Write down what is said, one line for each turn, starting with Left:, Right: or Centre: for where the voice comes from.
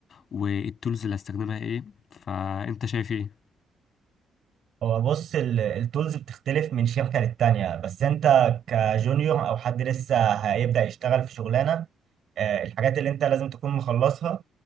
Left: والتولز اللي هستخدمها ايه فانت شايف ايه
Right: هو بص ال- التولز بتختلف من شركة للتانية بس انت كجونيور او حد لسه هيبدأ يشتغل في شغلانة آه، الحاجات اللي انت لازم تكون مخلصها